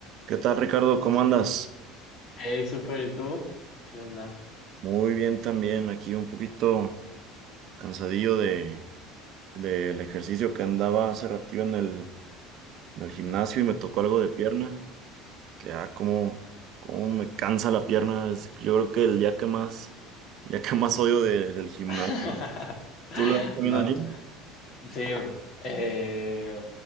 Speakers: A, on the right; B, on the left.
A: ¿Qué tal, Ricardo? ¿Cómo andas?
B: Hey, super, ¿y tú? ¿Qué onda?
A: Muy bien también, aquí un poquito cansadillo de del ejercicio que andaba hace ratito en el, en el gimnasio y me tocó algo de pierna, que ah, cómo, cómo me cansa la pierna, es yo creo que el día que más, el día que más odio de- del gimnasio.
B: <laughs>
A: ¿Tú lo vas también
B: No,
A: al gym?
B: sí, eh,